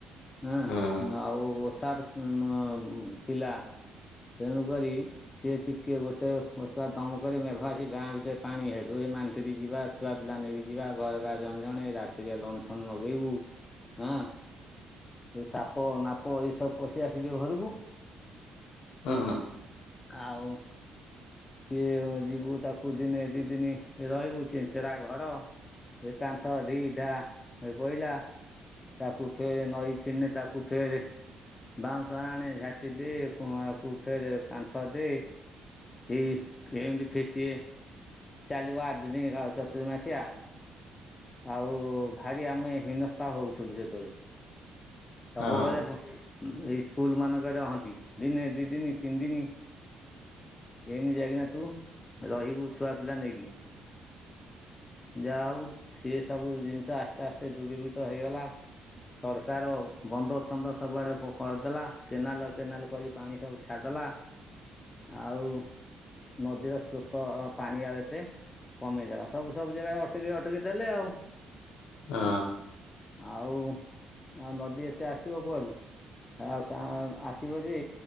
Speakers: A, on the left; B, on the left.
A: ଆଁ
B: ହଁ
A: ଆଉ ଓସାର ଉଁ-ଉଁ ଥିଲା। ତେଣୁ କରି ସିଏ ଟିକେ ଗୋଟେ ଓଷା କାମ କରି ମେଘ ଆସି ଗାଁ ଭିତରେ ପାଣି ହେଡୁ ଏ ମାନ୍ତ୍ରୀରି ଯିବା ଛୁଆ ପିଲା ନେଇକି ଯିବା ଘରକା ଜଣେ ଜଣେ ରାତିରେ ଲଣ୍ଠନ ନଗେଇବୁ। ହଁ। ଏ ସାପ ନାପ ଏସବୁ ପଶି ଆସିବେ ଘରକୁ
B: ହଁ।
A: ଆଉ ସିଏ ଯିବୁ ତାକୁ ଦିନେ ଦି ଦିନ ରହିବୁ ଚନେଞ୍ଚଚେରା ଘର ଏ କାନ୍ଥ ଢ଼ି ଢା ଏ ପଇଲା ତାକୁ ଫେର ନଈ ଛିନେ ତାକୁ ଫେର ବାଉଁଶ ଆଣେ ଝାଟି ଦେ ପୁ ଆ କୁ ଫେର କାନ୍ଥ ଦେଇ ଏ ଏମିତି ଫିସିଏ ଚାଲିବ ଆଠ ଦିନ କା ଚତୁର ମାସିଆ ଆଉ ଭାରି ଆମେ ହିନସ୍ତା ହଉଥିଲୁ ସେତେବେଳେ। ସବୁବେଳେ
B: ହଁ।
A: ପ ଏଇ ସ୍କୁଲ ମାନଙ୍କ ଗ ରହନ୍ତି ଦିନେ ଦିଇ ଦିନି ତିନ ଦିନ ଏମିତି ଯାଇକିନା ତୁ ରହିବୁ ଛୁଆ ପିଲା ନେଇକି ଯାଉ ସିଏ ସବୁ ଜିନିଷ ଆସ୍ତେ ଆସ୍ତେ ଦୂରୀଭୂତ ହେଇଗଲା। ସରକାର ବନ୍ଦ ଛନ୍ଦ ସବୁଆଡେ କ କରିଦେଲା କେନାଲ କେନାଲ କରି ପାଣି ସବୁ ଛାଡ଼ ଦେ ଦେଲା ଆଉ ନଦୀର ସୋତ ପାଣି ଆଉ ଏତେ କମେଇଦଲା ସବୁ ସବୁ ଜାଗାରେ ଅଟକି ଅଟ ଟେକେ ଦେଲେ ଆଉ
B: ହଁ
A: ଆଉ ଆଉ ନଦୀ ଏତେ ଆସିବ କୁଆଡୁ ଆ କା ଆସିବ ଯେ